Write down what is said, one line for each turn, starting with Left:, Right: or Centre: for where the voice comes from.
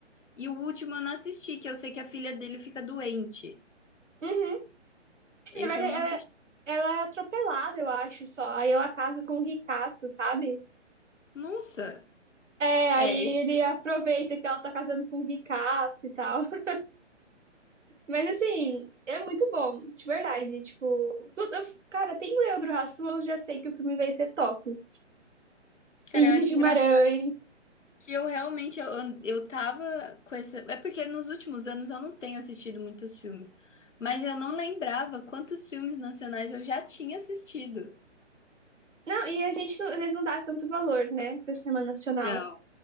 Left: E o último eu não assisti, que eu sei que a filha dele fica doente.
Right: Uhum.
Left: Esse
Right: Na verdade,
Left: eu não
Right: ela,
Left: assisti.
Right: é, ela é atropelada, eu acho, só. Aí ela casa com o ricaço, sabe?
Left: Nossa!
Right: É, aí
Left: É, esse,
Right: ele aproveita que ela tá casando com um ricaço e tal. <laughs> Mas assim, é muito bom, de verdade. Tipo, tudo- eu- cara, tem Leandro Hassum, eu já sei que o filme vai ser top.
Left: cara,
Right: E Ingrid
Left: eu acho
Right: Guimarães.
Left: engraçado que eu realmente eu, eu tava com essa. É porque nos últimos anos eu não tenho assistido muitos filmes. Mas eu não lembrava quantos filmes nacionais eu já tinha assistido.
Right: Não, e a gente não, às vezes não dá tanto valor, né, pro cinema nacional.
Left: Não.